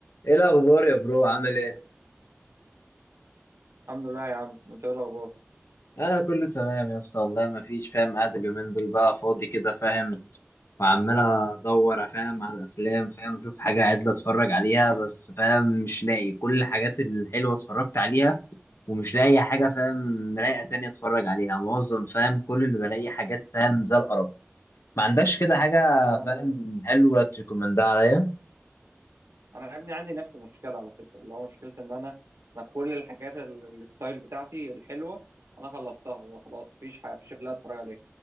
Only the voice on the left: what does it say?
ايه الاخبار يا برو عامل ايه
انا كله تمام يا اسطى والله ما فيش فاهم قاعد اليومين دول بقى فاضي كده فاهم وعمال ادور فاهم على الافلام فاهم اشوف حاجه عدله اتفرج عليها بس فاهم مش لاقي كل الحاجات الحلوه اتفرجت عليها ومش لاقي حاجه فاهم رايقه تانية اتفرج عليها معظم فاهم كل اللي بلاقي حاجات فاهم زي القرف ما عندكش كده حاجه
فاهم
حلوه تريكومندها عليا